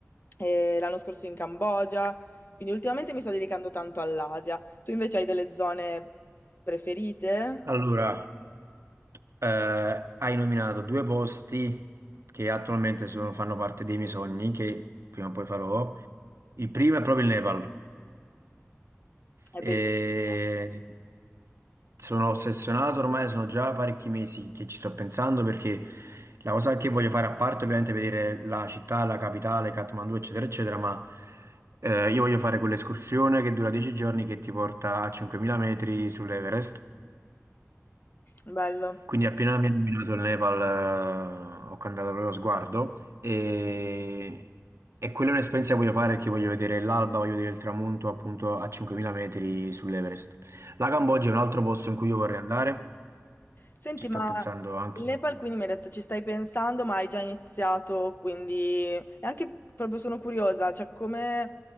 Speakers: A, on the left; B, on the right.
A: e l'anno scorso in Cambogia. Quindi ultimamente mi sto dedicando tanto all'Asia. Tu invece hai delle zone Preferite?
B: Allora, eh, hai nominato due posti che attualmente sono- fanno parte dei miei sogni, che prima o poi farò. Il primo è proprio il Nepal.
A: È
B: E
A: bellissimo.
B: sono ossessionato ormai, sono già parecchi mesi che ci sto pensando perché la cosa che voglio fare, a parte ovviamente vedere la città, la capitale, Kathmandu, eccetera, eccetera, ma eh, io voglio fare quell'escursione che dura 10 giorni che ti porta a 5.000 metri sull'Everest.
A: Bello.
B: Quindi appena mi ha nominato il Nepal, eh, ho cambiato proprio sguardo e, e quella è un'esperienza che voglio fare perché voglio vedere l'alba, voglio vedere il tramonto appunto a 5.000 metri sull'Everest. La Cambogia è un altro posto in cui io vorrei andare,
A: Senti,
B: ci sto
A: ma
B: pensando anche.
A: il Nepal quindi mi hai detto ci stai pensando, ma hai già iniziato, quindi... E anche proprio sono curiosa, cioè come...